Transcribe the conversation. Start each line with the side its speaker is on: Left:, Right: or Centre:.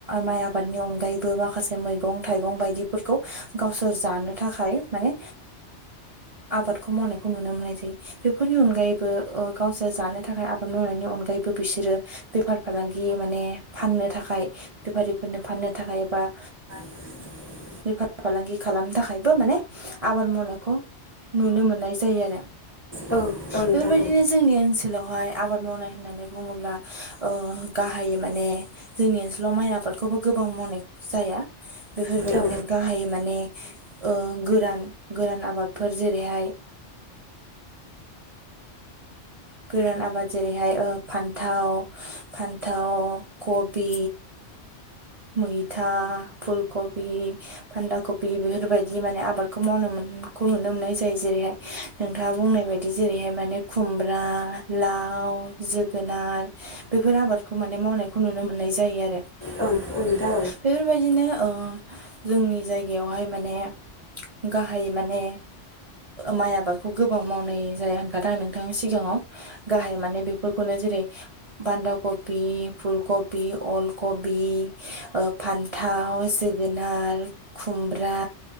Right: माइ आबादनि अनगायैबो माखासे मै गं थाइगं बायदिफोरखौ गावसोर जानो थाखाय माने आबादखौ मावनायखौ नुनो मोननाय जायो बेफोरनि अनगायैबो ओ गावसोर जानो थाखाय आबाद मावनायनि अनगायैबो बिसोरो बेफार फालांगि माने फाननो थाखाय बेफारिफोरनो फाननो थाखाय बा
Left: <inaudible>
Right: बेफार फालांगि खालामनो थाखायबो माने आबाद मावनायखौ नुनो मोननाय जायो आरो।
Left: औ औ नोंथां
Right: बेफोरबायदिनो
Left: औ
Right: जोंनि ओनसोलावहाय आबाद मावनाय होननानै बुङोब्ला ओ गाहायै माने जोंनि ओनसोलाव माइ आबादखौबो गोब बां मनेक जाया बेफोरबायदिनो
Left: औ नोंथां
Right: गाहायै माने ओ गोरान गोरान आबादफोर जेरैहाय गोरान आबाद जेरैहाय ओ फान्थाव फान्थाव खबि मैथा फुलकबि फान्दा कपि बेफोरबायदि माने आबादखौ मावनो मोन खौ नुनो मोननाय जायो जेरैहाय नोंथाङा बुंनाय बायदि जेरैहाय माने खुमब्रा, लाव, जोगोनार, बेफोर आबादखौ माने मावनायखौ नुनो मोननाय जायो आरो।
Left: औ औ नोंथां
Right: बेफोरबायदिनो ओ जोंनि जायगायावहाय माने गाहायै माने माइ आबादखौ गोबां मावनाय जाया होनखादों आं नोंथांनि सिगाङाव‌। गाहाय माने बेफोरखौनो जेरै बान्दा कपि, फुलकबि, अलकबि ओ फान्थाव, जोगोनार, खुमब्रा,